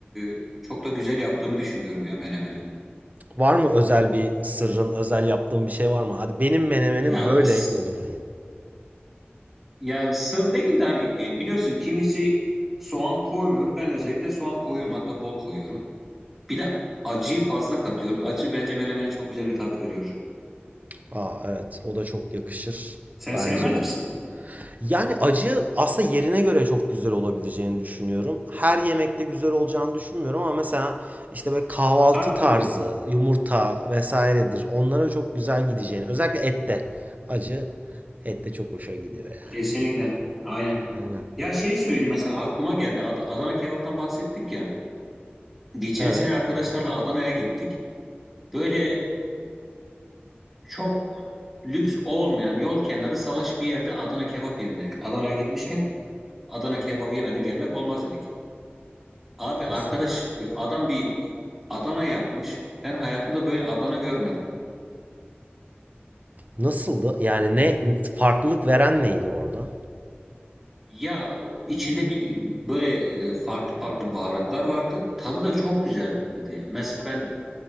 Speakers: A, in the centre; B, on the right.
A: e, çok da güzel yaptığımı düşünüyorum ya melemeni.
B: Var mı özel bir sırrın, özel yaptığın bir şey var mı? Hadi benim menemenim
A: Ya
B: böyle
A: s-
B: olur diye.
A: ya sır değil de hani e, biliyorsun kimisi soğan koymuyor. Ben özellikle soğan koyuyorum. Hatta bol koyuyorum. Bir de acıyı fazla katıyorum. Acı bence melemene çok güzel bir tat veriyor.
B: Aa evet, o da çok yakışır
A: Sen
B: bence.
A: sevmez misin?
B: Yani acı aslında yerine göre çok güzel olabileceğini düşünüyorum. Her yemekte güzel olacağını düşünmüyorum ama mesela işte böyle kahvaltı
A: Tabii
B: tarzı,
A: tabii.
B: yumurta vesairedir. Onlara çok güzel gideceğini. Özellikle ette. Acı ette çok hoşa gidiyor yani.
A: Kesinlikle. Aynen.
B: Aynen.
A: Ya şey söyleyeyim mesela aklıma geldi. Ad- Adana kebaptan bahsettik ya. Geçen
B: Evet.
A: sene arkadaşlarla Adana'ya gittik. Böyle çok lüks olmayan yol kenarı salaş bir yerde Adana kebap yiyelim dedik. Adana'ya gitmişken Adana kebabı yemeden gelmek olmaz dedik. Abi
B: Kesinlikle.
A: arkadaş e, adam bir Adana yapmış. Ben hayatımda böyle Adana görmedim.
B: Nasıldı? Yani ne farklılık veren neydi orada?
A: Ya içinde bir böyle e, farklı farklı baharatlar vardı. Tadı da çok güzeldi. Mesela ben